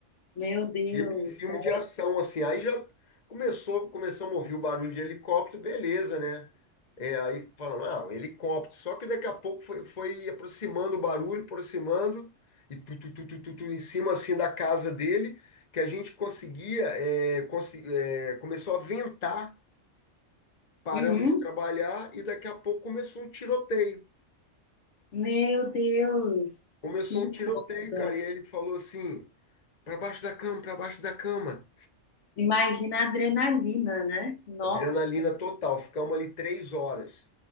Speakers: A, on the left (about 70°); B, on the left (about 35°).
A: meu Deus,
B: Tipo um filme
A: sério.
B: de ação, assim. Aí já começou, começamos a ouvir o barulho de helicóptero, beleza, né? É, aí falando, ah, um helicóptero. Só que daqui a pouco foi, foi aproximando o barulho, aproximando, e tu, tu, tu, tu, tu, tu, em cima, assim, da casa dele, que a gente conseguia, é, consi- é, começou a ventar Paramos
A: Uhum.
B: de trabalhar e daqui a pouco começou um tiroteio.
A: Meu Deus,
B: Começou
A: que
B: um tiroteio,
A: coisa.
B: cara. E aí ele falou assim: pra baixo da cama, pra baixo da cama.
A: Imagina a adrenalina, né? Nossa,
B: Adrenalina total. Ficamos ali três horas.